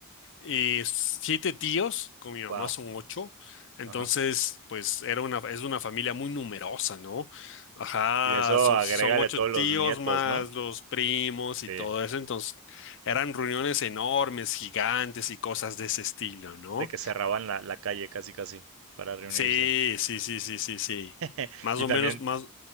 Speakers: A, on the left; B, on the right.
A: Y siete tíos, con mi mamá
B: Wow.
A: son ocho. Entonces,
B: Ajá.
A: pues era una, es una familia muy numerosa, ¿no? Ajá,
B: Y de eso
A: son,
B: agrégale
A: son ocho
B: a todos
A: tíos
B: los nietos,
A: más
B: ¿no?
A: los primos
B: Sí.
A: y todo eso. Entonces, eran reuniones enormes, gigantes y cosas de ese estilo, ¿no?
B: De que cerraban la, la calle casi casi para reunirse.
A: Sí, sí, sí, sí, sí, sí.
B: <laughs>
A: Más
B: Y
A: o
B: también
A: menos, más,